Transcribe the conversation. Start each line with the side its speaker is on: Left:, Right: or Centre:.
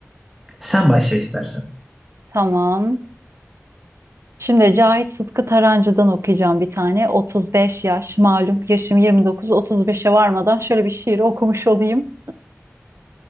Centre: Sen başla istersen.
Right: Tamam. Şimdi Cahit Sıtkı Tarancı'dan okuyacağım bir tane. 35 yaş malum yaşım 29 35'e varmadan şöyle bir şiir okumuş olayım.